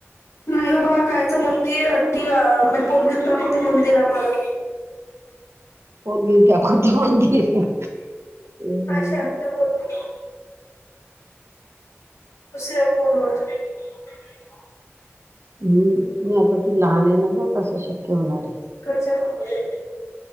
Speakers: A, on the left; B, on the right.
A: नाही उबा कायचं मंदिरी अठी वा मी पोरगीत दाखवते मंदिरा म्हणा.
B: पोरगी दाखवते मंदिर. हम्म
A: अशा आत्या बोलती दुसऱ्या फोनवर. <inaudible>
B: हम्म नाही आता ती लहान आहे ना गं कसं शक्य होणार आहे.
A: कडच्या रूममध्ये आहे.